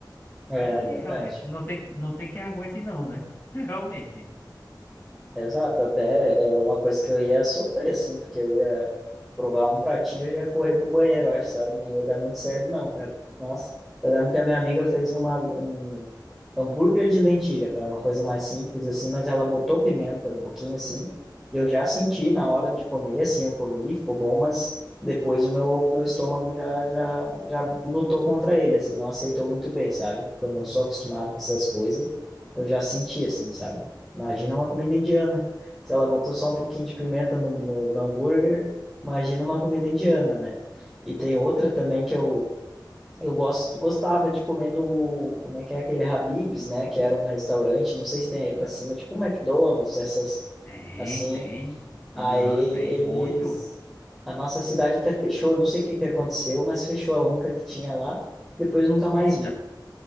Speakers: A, in the centre; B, on the left.
A: É,
B: Aí
A: é verdade.
B: realmente não tem que, não tem quem aguente não, né? <laughs> Realmente.
A: Exato, até é uma coisa que eu ia sofrer, assim, porque eu ia provar um pratinho e ia correr pro banheiro, eu acho, sabe? Não ia dar muito certo, não, cara. Nossa, eu lembro que a minha amiga fez uma, um hambúrguer de lentilha, cara, uma coisa mais simples, assim, mas ela botou pimenta um pouquinho, assim, e eu já senti na hora de comer, assim, eu comi, ficou bom, mas depois o meu, o meu estômago já, já, já lutou contra ele, assim, não aceitou muito bem, sabe? Eu não sou acostumado com essas coisas, eu já senti, assim, sabe? Imagina uma comida indiana. Se ela botou só um pouquinho de pimenta no, no, no hambúrguer, imagina uma comida indiana, né? E tem outra também que eu, eu gosto, gostava de comer no, como é que é aquele Habib's, né? Que era um restaurante, não sei se tem aí pra cima, tipo um McDonald's, essas
B: Tem,
A: assim.
B: tem.
A: Aí
B: Aham, tem
A: eles,
B: muito.
A: a nossa cidade até fechou, não sei o que que aconteceu, mas fechou a única que tinha lá. Depois nunca mais
B: Eita,
A: vi.